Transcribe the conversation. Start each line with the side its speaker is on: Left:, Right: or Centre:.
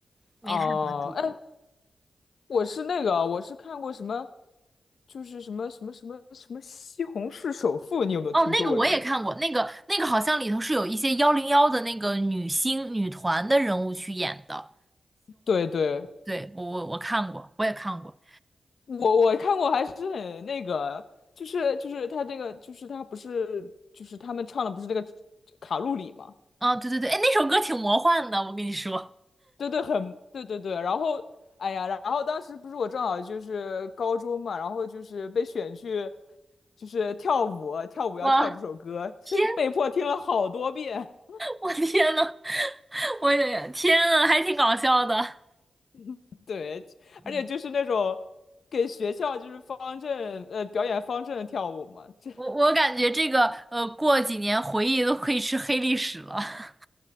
Right: 没太关注过。
Left: 哦，哎，我是那个，我是看过什么，就是什么什么什么什么《西红柿首富》，你有没有听说过这名字？
Right: 哦，那个我也看过，那个那个好像里头是有一些幺零幺的那个女星女团的人物去演的，
Left: 对对。
Right: 对，我我我看过，我也看过。
Left: 我我看过，还是很那个，就是就是他这个，就是他不是就是他们唱的不是那个卡路里嘛？
Right: 啊，对对对，哎，那首歌挺魔幻的，我跟你说，
Left: 对对，很对对对。然后哎呀，然后当时不是我正好就是高中嘛，然后就是被选去就是跳舞，跳舞要跳这首歌，
Right: 哇，天，
Left: <laughs> 被迫听了好多遍。
Right: 我天呐，<laughs> 我也天呐，还挺搞笑的。
Left: <laughs> 对，而且就是那种
Right: 嗯，
Left: 给学校就是方阵呃表演方阵跳舞嘛，这
Right: 我我感觉这个呃，过几年回忆都可以吃黑历史了。<laughs>